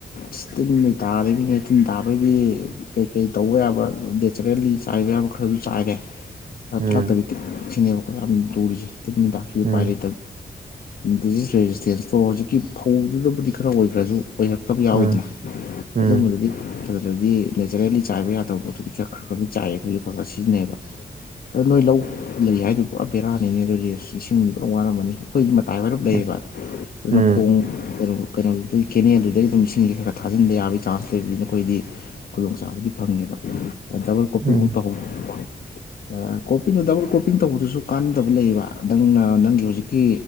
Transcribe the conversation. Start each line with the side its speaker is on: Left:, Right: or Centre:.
Left: ꯁꯤꯇ ꯗꯔ ꯌꯥ ꯗꯕꯗꯤ ꯀꯩ ꯀꯩ ꯇꯧꯕ ꯌꯥꯕ ꯅꯦꯆꯔꯦꯜꯂꯤ ꯆꯥꯏꯕ ꯌꯥꯕ ꯈꯔꯁꯨ ꯆꯥꯏꯔꯦ ꯍ
Right: ꯎꯝ
Left: ꯊꯂꯛꯇꯗꯤ ꯇꯤꯠ ꯁꯤꯅꯦꯕꯀꯣ ꯌꯥꯝ ꯂꯨꯔꯤꯁꯦ ꯇꯤꯠꯅꯤꯗꯥꯛꯄꯤꯌꯨ
Right: ꯎꯝ
Left: ꯄꯥꯏꯔꯦ ꯗꯤꯖꯤꯖꯦꯁ ꯏꯁꯇꯦꯁꯇꯣ ꯍꯧꯖꯤꯛꯀꯤ ꯐꯧꯗꯨꯗꯕꯨꯗꯤ ꯈꯔ ꯑꯣꯏꯈꯒ꯭ꯔꯖꯨ ꯑꯣꯏꯔꯥꯛ ꯀꯛꯇꯕ ꯌꯥꯎꯋꯤꯗꯅ
Right: ꯎꯝ ꯎꯝ
Left: ꯑꯗꯨꯝꯕꯗꯨꯗꯤ ꯑꯗꯨꯗꯗꯤ ꯅꯦꯆꯔꯦꯜꯂꯤ ꯆꯥꯏꯕ ꯌꯥꯗꯕ ꯄꯣꯠꯇꯨꯗꯤ ꯈꯔ ꯈꯔ ꯈꯔꯗꯤ ꯆꯥꯏꯑ ꯑꯩꯈꯣꯏꯁꯨ ꯈꯔ ꯈꯔ ꯁꯤꯖꯤꯟꯅꯩꯕ ꯑꯗꯨ ꯅꯣꯏ ꯂꯧ ꯂꯩ ꯍꯥꯏꯗꯨ ꯄꯨꯔꯥ ꯕꯦꯔꯥꯅꯤꯅꯦ ꯑꯗꯨ ꯏꯁꯤꯡ ꯄꯨꯔꯥ ꯋꯥꯔꯝꯕꯅꯤ ꯑꯩꯈꯣꯏꯒꯤ ꯃꯇꯥꯏ ꯑꯣꯏꯔꯞ ꯂꯩꯌꯦ
Right: ꯎꯝ
Left: ꯑꯗꯨꯅ
Right: ꯎꯝ
Left: ꯈꯣꯡ ꯀꯩꯅꯣ ꯀꯩꯅꯣꯗꯨꯏ ꯀꯦꯅꯦꯜꯗꯨꯗꯩꯩ ꯑꯗꯨꯝ ꯏꯁꯤꯡꯖꯦ ꯈꯔ ꯈꯔ ꯊꯥꯖꯟꯕ ꯌꯥꯕꯒꯤ ꯆꯥꯟꯁ ꯂꯩꯕꯅꯤꯅ ꯑꯩꯈꯣꯏꯗꯤ ꯈꯨꯗꯣꯡ ꯆꯥꯕꯗꯤ ꯐꯪꯉꯦꯕ ꯗꯕꯜ ꯀꯣꯄꯤꯒ
Right: ꯎꯝ
Left: ꯇꯧꯍꯧꯕ ꯀꯣꯞꯄꯤꯡꯗꯣ ꯗꯕꯜ ꯀꯣꯞꯄꯤꯡ ꯇꯧꯕꯗꯨꯁꯨ ꯀꯥꯟꯅꯗꯕ ꯂꯩꯌꯦꯕ ꯅꯪꯅ ꯅꯪꯒꯤ ꯍꯧꯖꯤꯛꯀꯤ